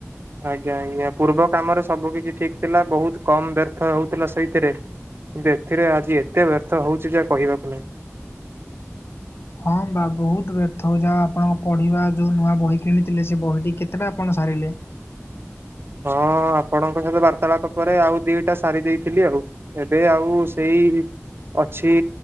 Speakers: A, on the right (about 50°); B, on the left (about 55°).
A: ଆଜ୍ଞା ଆଜ୍ଞା ପୂର୍ବ କାମରେ ସବୁ କିଛି ଠିକ ଥିଲା ବୋହୁତ କମ ବ୍ୟର୍ଥ ହୋଉଥିଲା ସେଇଥିରେ। ଏଥିରେ ଆଜି ଏତେ ବ୍ୟର୍ଥ ହୋଉଚି ଯାହା କହିବାକୁ ନାହିଁ।
B: ହଁ ବା ବହୁତ ବ୍ୟର୍ଥ ହୋଉ ଯା ଆପଣଙ୍କ ପଢିବା ଯୋଉ ନୂଆ ବହି କିଣିଥିଲେ ସେ ବହିଟି କେତେ ଆପଣ ସାରିଲେ
A: ହଁ ଆପଣଙ୍କ ସହିତ ବାର୍ତାଳାପ ପରେ ଆଉ ଦିଇଟା ସାରି ଦେଇଥିଲି, ଆଉ ଏବେ ଆଉ ସେଇ ଅଛି